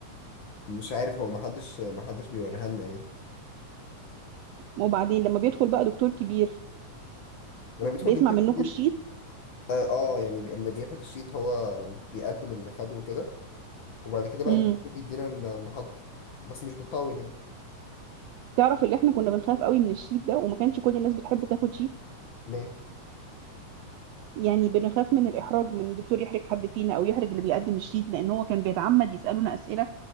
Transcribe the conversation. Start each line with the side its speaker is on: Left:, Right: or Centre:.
Left: مش عارف هو محدش محدش بيوريها لنا يعني
Right: وبعدين لما بيدخل بقى دكتور كبير
Left: لما بيدخل
Right: بيسمع
Left: دكتور
Right: منكم
Left: كبير
Right: الشيت
Left: اه, آه يعني بي- اللي بياخد الشيت هو بيقدم اللي خده وكده وبعد كده بقى
Right: امم
Left: الدكتور بيدينا المحاضرة بس مش بتطول يعني
Right: تعرف اللي احنا كنا بنخاف قوي من الشيت ده وما كانش كل الناس بتحب تاخد شيت
Left: ليه؟
Right: يعني بنخاف من الاحراج من الدكتور يحرج حد فينا او يحرج اللي بيقدم الشيت لان هو كان بيتعمد يسالونا اسئله